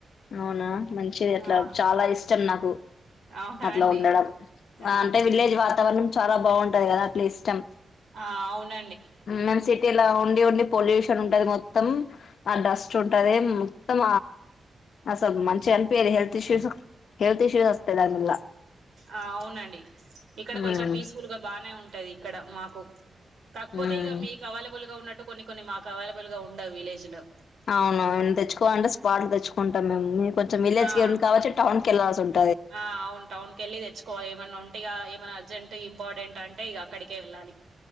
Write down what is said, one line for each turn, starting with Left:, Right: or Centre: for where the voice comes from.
Left: అవునా మంచిది అట్లా
Right: ఆ
Left: చాలా ఇష్టం నాకు
Right: అవునా
Left: అట్లా
Right: అండి
Left: ఉండడం
Right: ఆ
Left: అంటే విలేజ్ వాతావరణం చాలా బాగుంటది కదా అట్లా ఇష్టం
Right: ఆ అవును
Left: మ్యామ్ సిటీలా ఓన్లీ ఓన్లీ పొల్యూషన్ ఉంటంది మొత్తం ఆ డస్ట్ ంటది మొత్తం అసలు మంచిగా అనిపయది హెల్త్ ఇష్యూస్ హెల్త్ ఇష్యూస్ దానివల్ల
Right: ఆ అవునండి ఇక్కడ కొంచెం
Left: ఉమ్
Right: పీస్ఫుల్గా బానే ఉంటది ఇక్కడ మాకు కాకపోతే
Left: ఉమ్
Right: ఇక మీకు అవైలబుల్ గా ఉన్నట్టు కొన్ని కొన్ని మాకు అవైలబుల్ గా ఉండవు విలేజ్ లో
Left: అవును తెచ్చుకోవాలంటే స్పాట్లు తెచ్చుకుంటాం మేము కొంచెం విలేజ్
Right: ఆ
Left: క కావచ్చు టౌన్ కిళ్ాల్సి ఉంటుంది
Right: ఆ అవును టౌన్ కెళ్ళి తెచ్చుకోవాలి ఇవన్ ఒంటిగా మన అర్జెంట్ ఇంపార్టెంట్ అంటే ఇక అక్కడికే వెళ్ళాలి